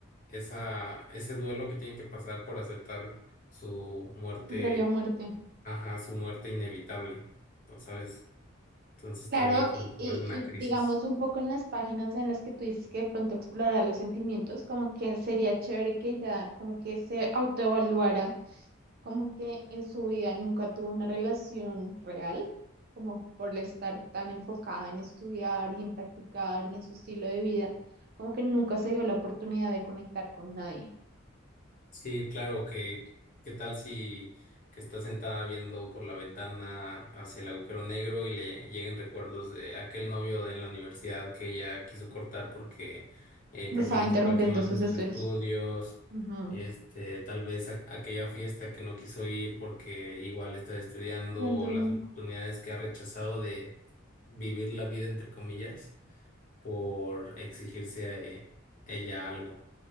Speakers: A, on the left; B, on the right.
A: esa, ese duelo que tienen que pasar por aceptar su muerte,
B: tu propia muerte.
A: ajá, su muerte inevitable, ¿no ¿sabes? Entonces
B: Claro,
A: también como
B: y,
A: que
B: y-
A: va a ser una
B: y
A: crisis.
B: digamos un poco en las páginas en las que tú dices que de pronto explorara los sentimientos, como que sería chévere que ella como que se autoevaluara, como que en su vida nunca tuvo una relación real, como por estar tan enfocada en estudiar y en practicar y en su estilo de vida, como que nunca se dio la oportunidad de conectar con nadie.
A: Sí, claro, que qué tal si que estás sentada viendo por la ventana hacia el agujero negro y le lleguen recuerdos de aquel novio de la universidad que ella quiso cortar porque eh,
B: Le
A: prefirió
B: estaba interrumpiendo
A: enfocarse más
B: sus
A: en sus
B: estudios.
A: estudios,
B: Ujú.
A: este, tal vez a- aquella fiesta que no quiso ir porque igual está estudiando,
B: Ando-
A: o las oportunidades que ha rechazado de vivir la vida entre comillas por exigirse a eh, ella algo.